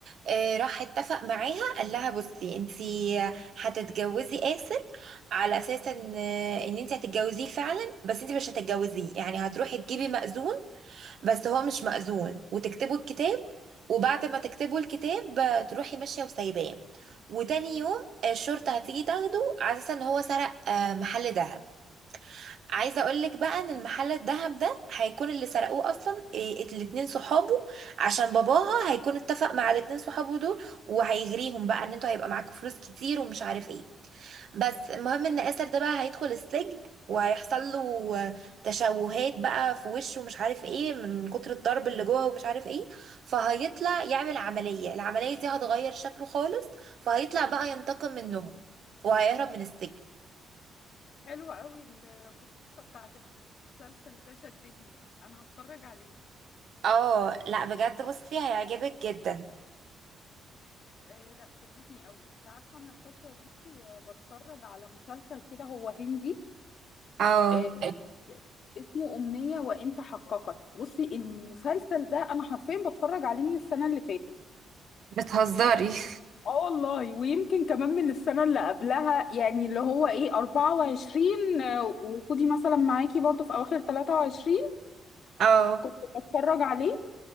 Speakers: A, on the right; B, on the left.
A: آه، راح اتفق معاها قال لها بصي انتي هتتجوزي آسر على اساس ان آه، ان انتي هتتجوزيه فعلا بس انتي مش هتتجوزيه يعني هتروحي تجيبي مأذون بس هو مش مأذون وتكتبوا الكتاب وبعد ما تكتبوا الكتاب آه، تروحي ماشية وسايباه وتاني يوم آه، الشرطة هتيجي تاخده على اساس ان هو سرق آه، محل دهب عايزه اقول لك بقى ان المحل الذهب ده هيكون اللي سرقوه اصلا إيه الاتنين صحابه عشان باباها هيكون اتفق مع الاتنين صحابه دول وهيغريهم بقى ان انتوا هيبقى معاكم فلوس كتير ومش عارف ايه بس المهم ان اسر ده بقى هيدخل السجن وهيحصل له تشوهات بقى في وشه ومش عارف ايه من كتر الضرب اللي جوه ومش عارف ايه فهيطلع يعمل عملية العملية دي هتغير شكله خالص فهيطلع بقى ينتقم منهم وهيهرب من السجن
B: حلوة قوي القصة بتاعت المسلسل ده شدتني انا هتفرج عليه
A: اه لا بجد بصي هيعجبك جدا
B: أه لا شدتني قوي انت عارفة انا الفترة دي آه، بتفرج على مسلسل كده هو هندي
A: اه
B: أه اسمه أمنية وإن تحققت بصي المسلسل ده انا حرفيا بتفرج عليه من السنة اللي فاتت
A: بتهزري
B: اه والله ويمكن كمان من السنة اللي قبلها يعني اللي هو ايه 24 آه، وخدي مثلا معاكي برضو في اواخر 23
A: اه
B: كنت بتفرج عليه